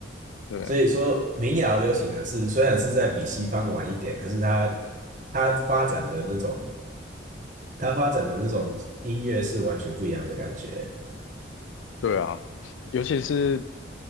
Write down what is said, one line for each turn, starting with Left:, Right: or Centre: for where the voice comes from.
Left: <laughs> 对
Right: 所以说民谣流行的是虽然是在比西方晚一点，可是它它发展的那种。他发展的那种音乐是完全不一样的感觉。
Left: 对啊，尤其是